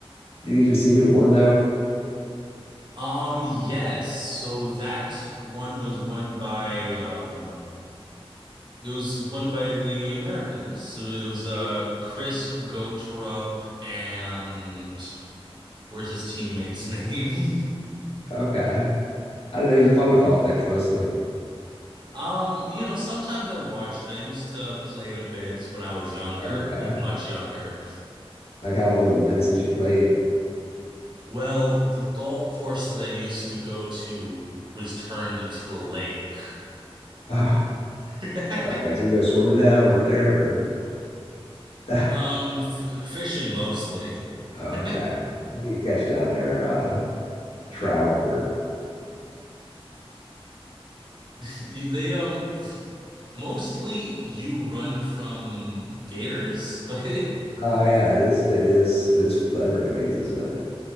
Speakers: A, on the left; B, on the right.
A: did you get to see who won though.
B: Um, yes. So that one was won by um it was won by the Americans. So it was uh
A: Yeah.
B: Chris Goterup and where's his teammate's name?
A: Okay. I didn't know you
B: <laughs> Chri-
A: followed golf that closely.
B: Um, you know, sometimes I watch it. I used to play it a bit when I was younger,
A: Okay.
B: like much younger.
A: Like how long has it been since you played?
B: Well, the golf course that I used to go to was turned into a lake.
A: Oh,
B: <laughs>
A: okay. So you go swimming now or there? Or... <laughs>
B: Um, f fishing mostly. <laughs>
A: Okay. What do you catch down there? Uh, trout or
B: You, they um mostly you run from gators, but
A: oh yeah, it is it is it is the Everglades, isn't it?